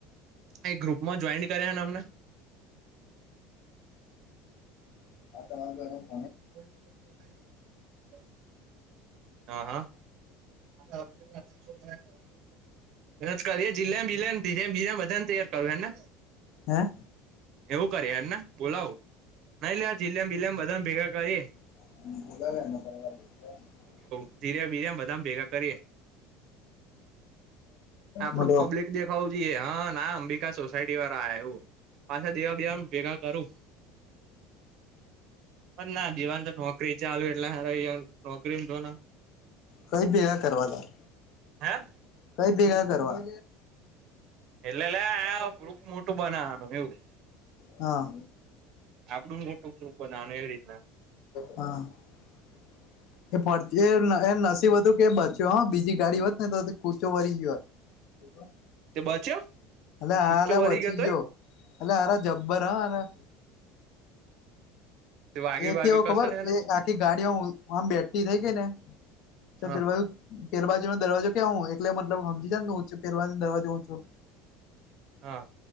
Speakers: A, on the right; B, on the left.
A: એક ગ્રુપમાં જોઈન કર્યાનેમને.
B: <unintelligible>
A: <inaudible> હા <unintelligible> <unintelligible> કરીએ જીલેમ જીલેને <unintelligible> બધાને તૈયાર કરવ ને.
B: હે
A: એવું કરી <unintelligible> ના બોલાવું નઈ લે જઝલેમ જઝીલમ બધા ભેગા કરીએ.
B: <inaudible>
A: <inaudible> બધા ભેગા કરીએ આપડું
B: બોલો
A: પબ્લિક દેખાવું. હા ના અંબિકા સોસાયટી વાળા આ <unintelligible> પાછા દેવા દેવા ભેગા કરું. પણ ના દીવાન તો નોકરી ચાલુ એટલે હ નોકરી તો.
B: કઈ ભેગા <unintelligible>
A: હે.
B: કઈ ભેગા કરવા.
A: એટલે <unintelligible> ગ્રુપ મોટું બનાવાનું એવું.
B: હા.
A: આપડું મોટું ગુપ બનાવવાનું એવી રીતના.
B: હ <unintelligible>
A: હમ <inaudible>
B: <unintelligible> એ એ નસીબ હતું કે બચ્યો હા બીજી ગાડી હોત ને તો કૂચો વરી ગયોત. <unintelligible>
A: તે <unintelligible>
B: એલે હા
A: કુચ્ચો
B: એલે
A: વરી
B: <unintelligible>
A: તોય
B: ગયો એ <unintelligible> જબ્બર હા.
A: તે વાગ્યું
B: એ
A: વાગ્યું
B: કેવું
A: કશું
B: ખબર
A: ને એને
B: એ આખી ગાડીઓ આમ બેઠતી થઈ ગઈ ને.
A: હા
B: <unintelligible> દરવાજો. <unintelligible> એટલે મતલબ સમજી <unintelligible> પહેરવા દરવાજો ઓછું
A: હા